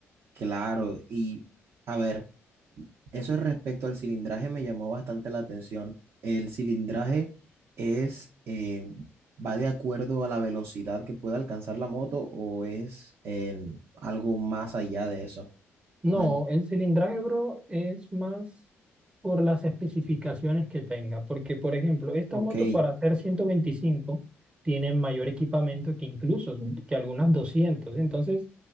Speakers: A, on the right (about 60°); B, on the right (about 20°).
A: claro, y a ver. Eso es respecto al cilindraje me llamó bastante la atención. El cilindraje es, eh, va de acuerdo a la velocidad que puede alcanzar la moto o es en algo más allá de eso.
B: No,
A: No, en-
B: el cilindraje, bro, es más por las especificaciones que tenga, porque por ejemplo, esta
A: ok,
B: moto para hacer 125 tiene mayor equipamiento que incluso que algunas 200, entonces,